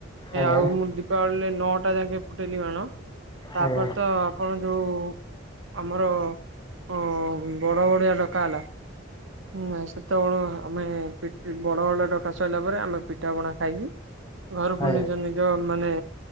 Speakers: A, on the left (about 15°); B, on the right (about 75°).
A: ଆଜ୍ଞା
B: ଆଉ ମୁଁ ଦୀପାବଳିରେ ନଅଟା ଯାଙ୍କେ ଫୁଟେଇଲି ବାଣ। ତାପରେ
A: ଆଜ୍ଞା
B: ତ ଆପଣ ଯେଉଁ ଆମର ଅଁ ବଡ଼ ବଡୁଆ ଡକା ହେଲା। ହୁଁ ନାଇଁ ସେତେବେଳୁ ଆମେ ପିଟ୍ ବଡ ବଡୁଆ ଡକା ସଇଲା ପରେ ଆମେ ପିଠା ପଣା ଖାଇକି ଘରକୁ
A: ଆଜ୍ଞା
B: ନିଜ ନି ଯ ମାନେ